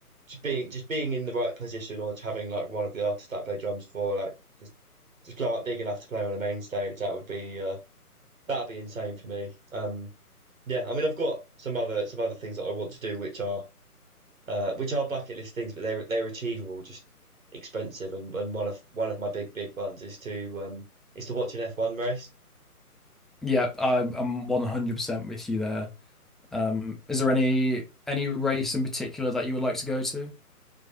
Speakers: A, on the right; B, in the centre.
A: just being, just being in the right position or just having like one of the artists that I play drums for, like just, just blow up big enough to play on a main stage. That would be, uh, that'd be insane for me. Um, yeah, I mean, I've got some other, some other things that I want to do, which are, uh, which are bucket list things, but they're they're achievable, just expensive. And, and one of one of my big big ones is to um, is to watch an F one race.
B: Yeah, I'm I'm 100% with you there. Um, is there any any race in particular that you would like to go to?